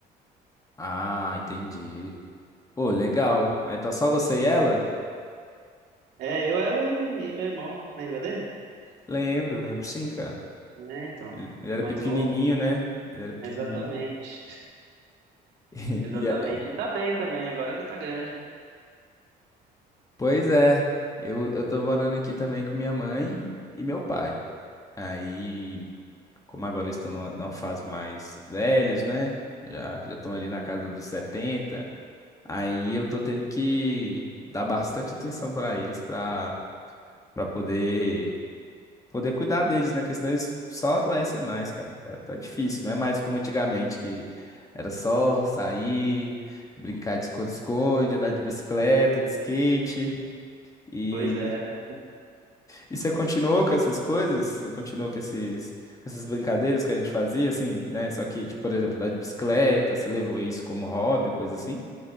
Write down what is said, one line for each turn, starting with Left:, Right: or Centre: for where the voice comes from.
Left: Ah, entendi. Pô, legal. Aí tá só você e ela?
Right: É, eu, ela e, e meu irmão, lembra dele?
Left: Lembro, lembro sim, cara.
Right: É, então,
Left: Ele, ele era
Right: mais
Left: pequenininho,
Right: novo.
Left: né? Ele era pequenininho.
Right: Exatamente, <laughs>
Left: <laughs>
Right: exatamente.
Left: E é-
Right: E tá bem também, agora já tá grande.
Left: Pois é, eu, eu tô morando aqui também com minha mãe e meu pai. Aí, como agora eles estão numa numa fase mais velhos, né? Já já estão ali na casa dos 70. Aí eu tô tendo que dar bastante atenção pra eles pra para poder poder cuidar deles, né? Porque senão eles só adoecem mais, cara. Tá, tá difícil, não é mais como antigamente, que era só sair, brincar de esconde-esconde, andar de bicicleta, de skate. E,
Right: Pois é.
Left: e você continuou com essas coisas? Você continuou com esses, com essas brincadeiras que a gente fazia, assim, né? Só que, tipo, por exemplo, andar de bicicleta, você levou isso como hobby, coisa assim?